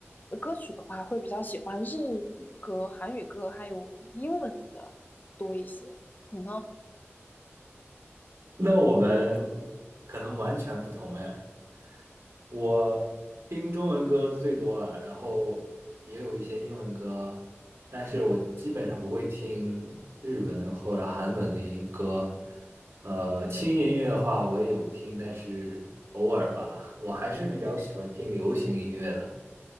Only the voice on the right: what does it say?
那我们可能完全不同哎。我听中文歌最多啊，然后也有一些英文歌，但是我基本上不会听日文或者韩文的音歌。
呃，轻音乐的话我也有听，但是偶尔吧。我还是比较喜欢听流行音乐的，